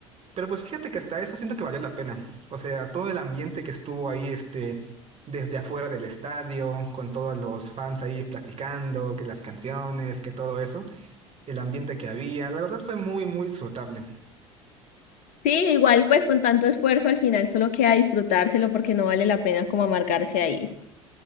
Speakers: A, on the right (about 35°); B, on the left (about 55°).
A: pero pues fíjate que hasta eso siento que valió la pena. O sea, todo el ambiente que estuvo ahí, este, desde afuera del estadio, con todos los fans ahí platicando, que las canciones, que todo eso, el ambiente que había, la verdad fue muy, muy disfrutable.
B: Sí, igual pues con tanto esfuerzo al final solo queda disfrutárselo porque no vale la pena como amargarse ahí.